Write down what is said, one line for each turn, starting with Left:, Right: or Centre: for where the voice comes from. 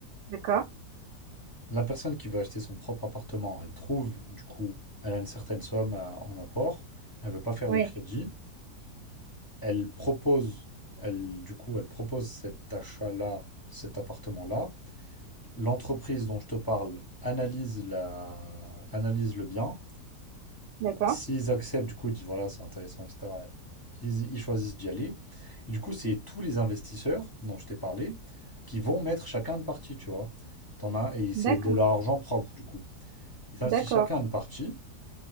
Right: D'accord.
Left: La personne qui veut acheter son propre appartement, elle trouve, du coup, elle a une certaine somme à- en apport. Elle veut pas faire
Right: Oui,
Left: de crédit. Elle propose, elle, du coup, elle propose cet achat-là, cet appartement-là L'entreprise dont je te parle analyse la... analyse le bien.
Right: d'accord.
Left: S'ils acceptent, du coup, ils disent voilà, c'est intéressant, etc. Ils, ils choisissent d'y aller. Et du coup, c'est tous les investisseurs dont je t'ai parlé qui vont mettre chacun une partie, tu vois. T'en as, et c'est
Right: D'accord,
Left: de leur argent propre, du coup. Ils investissent
Right: d'accord.
Left: chacun une partie